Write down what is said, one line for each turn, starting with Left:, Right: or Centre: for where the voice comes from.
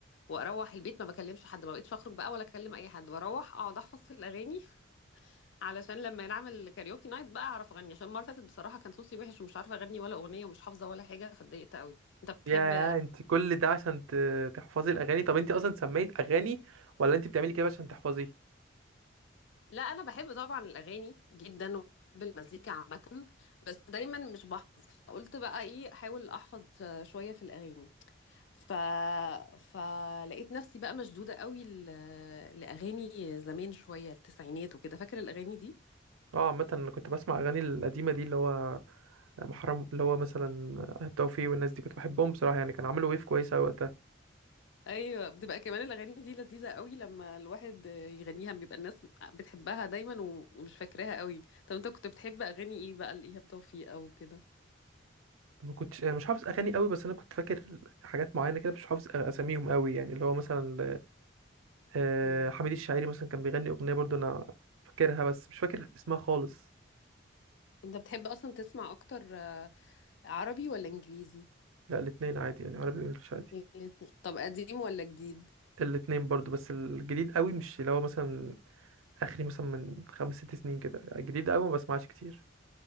Left: واروح البيت ما بكلمش حد ما بقيتش اخرج بقى ولا اكلم اي حد بروح اقعد احفظ في الاغاني علشان لما نعمل كاريوكي نايت بقى اعرف اغني عشان المره اللي فاتت بصراحه كان صوتي وحش ومش عارفه اغني ولا اغنيه ومش حافظه ولا حاجه فاتضايقت قوي انت بتحب
Right: يا انت كل ده عشان ت- تحفظي الأغاني طب انت أصلا سميت أغاني ولا انت بتعملي كده عشان تحفظي؟
Left: لا انا بحب طبعا الاغاني جدا وبحب المزيكا عامه بس دايما مش بحفظ فقلت بقى ايه احاول احفظ شويه في الاغاني ف فلقيت نفسي بقى مشدوده قوي ل... لاغاني زمان شويه التسعينات وكده فاكر الاغاني دي
Right: اه عامة انا كنت بسمع أغاني القديمة دي اللي هو محرم اللي هو مثلا التوفيق والناس دي كنت بحبهم بصراحه يعني كان عملوا ويف كويسه أوي وقتها
Left: ايوه بتبقى كمان الاغاني دي لذيذه قوي لما الواحد يغنيها بيبقى الناس بتحبها دايما و- ومش فاكراها قوي طب انت كنت بتحب اغاني ايه بقى لايهاب توفيق او كده
Right: ما كنتش أنا مش حافظ اغاني قوي بس انا كنت فاكر حاجات معينه كده مش حافظ اساميهم قوي يعني اللي هو مثلا آه،
Left: امم
Right: حميد الشاعري مثلا كان بيغني اغنيه برضو انا فاكرها بس مش فاكر اسمها خالص
Left: انت بتحب اصلا تسمع اكتر آه، عربي ولا انجليزي
Right: لا الاثنين عادي يعني عربي وانجلش عادي
Left: الاتنين. طب قديم ولا جديد
Right: الاثنين برضو بس الجديد قوي مش اللي هو مثلا اخري مثلا من خمس ست سنين كده الجديد قوي ما بسمعش كتير